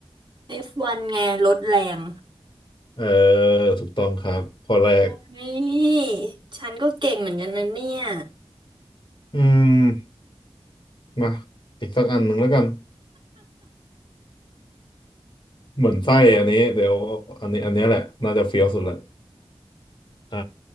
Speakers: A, on the right; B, on the left.
A: F1 ไงลดแรง
B: เออถูกต้องครับข้อแรก
A: เฮ้ยฉันก็เก่งเหมือนกันนะเนี่ย
B: อืมมาอีกสักอันหนึ่งแล้วกัน เหมือนไส้อันนี้ เดี๋ยวอันนี้ อันนี้แหละ น่าจะเฟี้ยวสุดละเออ